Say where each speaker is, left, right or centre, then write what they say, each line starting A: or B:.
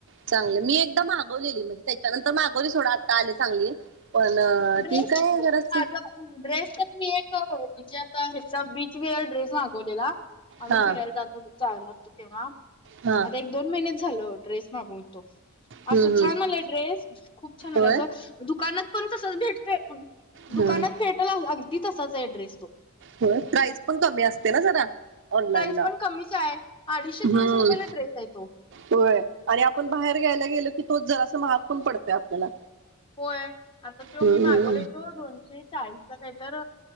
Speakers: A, on the right; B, on the left.
A: चांगले मी एकददा मागवलेली म्हणजे त्याच्यानंतर मागवली सोडा आत्ता आले चांगली. पण
B: ड्रेस
A: ती काय जरास
B: <inaudible> आ ड्रेस तर मी एक म्हणजे आता ह्याचा बीच विल ड्रेस मागवलेला. आम्ही
A: हा
B: फिरायला जातो <unintelligible> जायला लागतो तेव्हा.
A: हा
B: आता एक दोन महिने झालो ड्रेस मागवून तो.
A: हम्म
B: असं
A: हम्म
B: छान आलंय ड्रेस खूप छान आलाय
A: होय
B: असं दुकानात पण तसच भेटतय मंग.
A: हम्म
B: दुकानात भेटाल अ अगदी तसाच ड्रेस तो.
A: होय, प्राइज पण कमी असते ना जरा. ऑनलाईन
B: प्राईज
A: ला
B: पण कमीचय. अडीशे
A: हम्म
B: तीनशे रुपयला ड्रेसय तो.
A: होय, आणि आपण बाहेर घ्यायला गेलो की तोच जरास महाग पण पडतय आपल्याला.
B: होय, आता तो
A: हम्म
B: मी मागवलाय तो दोनशे चाळीसला काहीतर